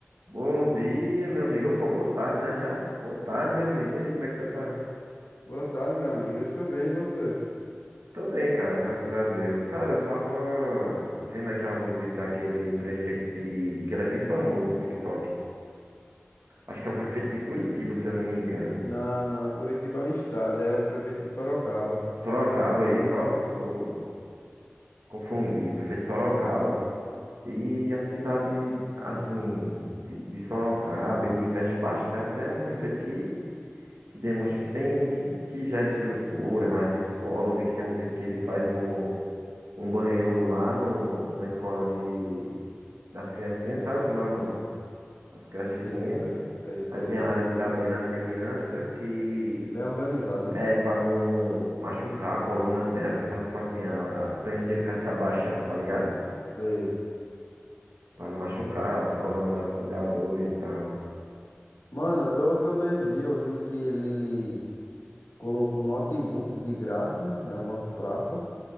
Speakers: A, on the right; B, on the left.
A: Bom dia, meu amigo. Opa, boa tarde, né? Já? Boa tarde, meu amigo. E aí, como é que você tá?
B: Boa tarde, meu amigo. Eu estou bem, e você?
A: Tô bem, cara, graças a Deus. Cara, eu tava vendo aqui alguns vídeos daquele prefeito de... que ele é bem famoso no TikTok. Acho que é o prefeito de Curitiba, se eu não me engano.
B: Não, não. Curitiba é um estado, é o prefeito de Sorocaba.
A: Sorocaba, isso, ó. Tô... Confundi. Prefeito de Sorocaba. E a cidade, assim, de, de Sorocaba, ele investe bastante, né? Um prefeito que que demonstra que tem que, que gera estrutura nas escolas. Eu vi que tem um vídeo que ele faz um um banheiro lá no, numa escola de, das criancinhas, sabe como é o nome? As crechezinhas.
B: Sim, foi. É isso
A: Aí tem
B: aí.
A: a área de dar banho nas crianças, que
B: Bem organizado, né?
A: é pra não machucar a coluna delas, pra tipo assim, a, a, pra gente ter que ficar se abaixando, tá ligado?
B: Sei.
A: Pra não machucar as colunas das cuidadoras e tal.
B: Mano, eu também vi, eu vi que ele colocou notebooks de graça em algumas praças